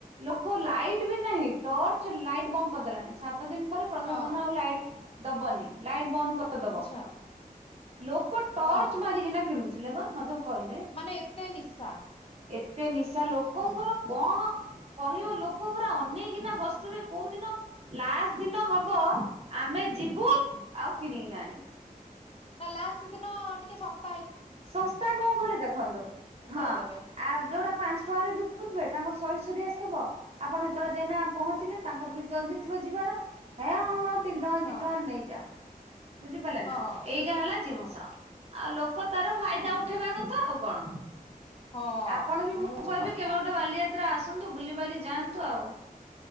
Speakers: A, on the right (about 40°); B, on the left (about 40°).
A: ଲୋକ ଲାଇଟ ବି ନାହିଁ ଟର୍ଚ ଲାଇଟ ବନ୍ଦ କରିଦେଲାନି ସତ୍ ସାତ ଦିନ ପରେ ପ୍ରଶାସନ
B: ହଁ
A: ଆଉ ଲାଇଟ ଦବନି ଲାଇଟ ବନ୍ଦ କରିଦବ।
B: ଆଚ୍ଛା
A: ଲୋକ ଟର୍ଚ
B: ହଁ।
A: ମାରିକିନା କିଣୁଥିଲେ ବା ମତେ କହିଲେ।
B: ମାନେ ଏତେ ନିଶା।
A: ଏତେ ନିଶା ଲୋକଙ୍କର କଣ କହିବ ଲୋକ ପୁରା ଅନେଇକିନା ବସିଥିବେ କୋଉ ଦିନ ଲାଷ୍ଟ ଦିନ ହବ ଆମେ ଯିବୁ ଆଉ କିଣିକିନା ଆଣିବୁ।
B: ନା ଲାଷ୍ଟ ଦିନ ଟିକେ ଶସ
A: ଶସ୍ତା କଣ କଲି ଦେଖନ୍ତୁ। ହଁ
B: ଦେଇଦେବେ
A: ଆଉ ଯୋଉଟା ପାଞ୍ଚ ଟଙ୍କାରେ ବିକୁଥିବେ ତାଙ୍କର ସ ସରି ସରି ଆସିଥିବ ଆପଣ ସେତେବେଳେ ଯେନା ପହଞ୍ଚିଲେ ତାଙ୍କର ବି ଜଲଦି ଥିବ ଯିବାର ହେ ହଁ ହଁ ତିନି ଟଙ୍କା ଦି
B: ହଁ
A: ଟଙ୍କା ରେ ନେଇଯା। ବୁଝିପାରିଲେ ନା
B: ହଁ
A: ଏଇଟା ହେଲା ଜିନିଷ
B: ହଁ
A: ଆଉ ଲୋକ ତାର ଫାଇଦା ଉଠେଇବା କଥା ଆଉ କଣ
B: ହଁ
A: ଆପଣ ବି
B: ସେଇ
A: ମୁଁ
B: ହଉଛି
A: କହିବି
B: କଥା
A: କେବେ ଗୋଟେ ବାଲିଯତ୍ ତ୍ରା ଆସନ୍ତୁ ବୁଲିିବାଲି ଯାଆନ୍ତୁ ଆଉ।